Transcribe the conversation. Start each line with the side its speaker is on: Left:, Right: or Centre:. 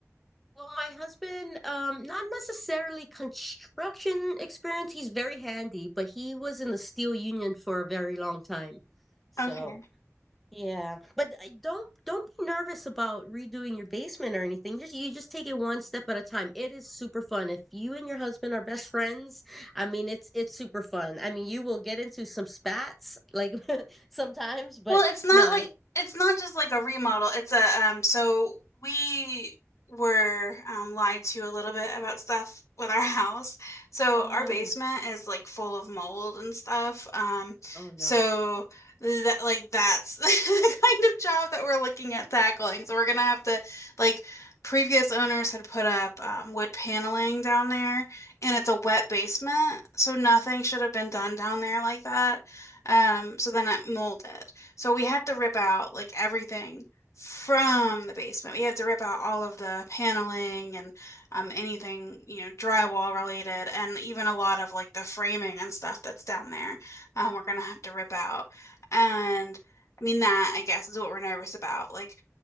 Centre: Well, my husband, um, not necessarily construction experience. He's very handy, but he was in the steel union for a very long time. So
Left: Okay.
Centre: Yeah, but I- don't don't be nervous about redoing your basement or anything. Just you just take it one step at a time. It is super fun. If you and your husband are best friends, I mean it's it's super fun. I mean you will get into some spats like <laughs> sometimes, but
Left: Well, it's not
Centre: no, I
Left: like it's not just like a remodel. It's a um so we were um lied to a little bit about stuff with our <laughs> house. So
Centre: oh
Left: our basement is like full of mold and stuff. Um
Centre: oh no.
Left: so that like that's <laughs> the kind of job that we're looking at tackling. So we're gonna have to like previous owners had put up um, wood paneling down there and it's a wet basement, so nothing should have been done down there like that. Um so then it molded. So we had to rip out like everything from the basement. We had to rip out all of the paneling and um, anything, you know, drywall related, and even a lot of like the framing and stuff that's down there. Um, we're gonna have to rip out. And I mean, that I guess is what we're nervous about. Like,